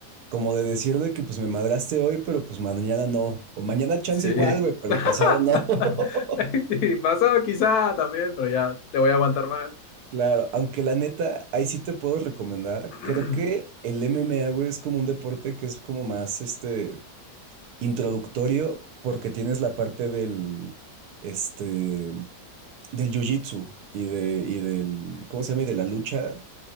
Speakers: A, on the right (about 70°); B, on the left (about 70°).
A: como de decir de que pues me madraste hoy, pero pues mañana no. O mañana chance
B: sí.
A: igual, güey, pero
B: <laughs>
A: pasado no. <laughs>
B: Sí, Pasado quizá también, pero ya te voy a aguantar más.
A: Claro, aunque la neta, ahí sí te puedo recomendar.
B: <clears throat>
A: Creo que el MMA, güey, es como un deporte que es como más, este, introductorio, porque tienes la parte del, este, del jiu-jitsu y de, y del, ¿cómo se llama? Y de la lucha.